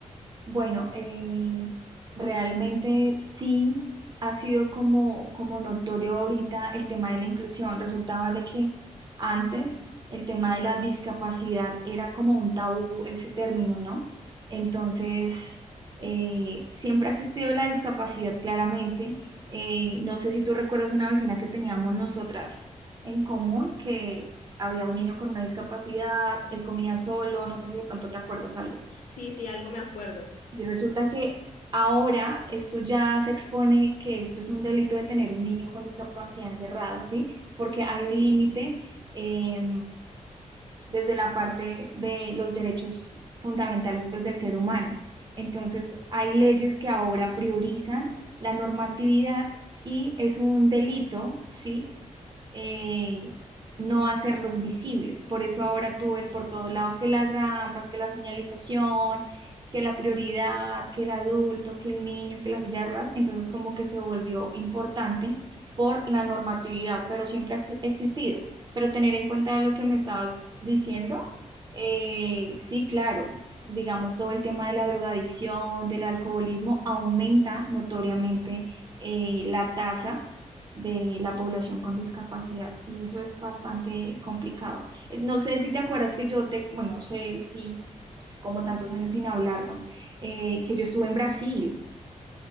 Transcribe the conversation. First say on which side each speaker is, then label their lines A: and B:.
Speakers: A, on the right; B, on the left.
A: Bueno, eh, realmente sí ha sido como, como notorio ahorita el tema de la inclusión. Resulta, vale, que antes el tema de la discapacidad era como un tabú ese término, ¿no? Entonces, eh, siempre ha existido la discapacidad claramente. Eh, no sé si tú recuerdas una vecina que teníamos nosotras en común, que había un niño con una discapacidad, él comía solo, no sé si de pronto te acuerdas algo.
B: Sí, sí, algo me acuerdo.
A: Sí, resulta que ahora esto ya se expone que esto es un delito de tener un niño con discapacidad encerrado, ¿sí? Porque hay un límite eh, desde la parte de los derechos fundamentales, pues, del ser humano. Entonces, hay leyes que ahora priorizan la normatividad y es un delito, ¿sí? eh, no hacerlos visibles. Por eso ahora tú ves por todo lado que las rampas, que la señalización, que la prioridad, que el adulto, que el niño, que la silla de ruedas, entonces como que se volvió importante por la normatividad, pero siempre ha ex- existido. Pero tener en cuenta lo que me estabas diciendo, eh, sí, claro, digamos todo el tema de la drogadicción, del alcoholismo, aumenta notoriamente eh, la tasa de la población con discapacidad y eso es bastante complicado. Es, no sé si te acuerdas que yo te, bueno, no sé si pues, como tantos años sin hablarnos, eh, que yo estuve en Brasil.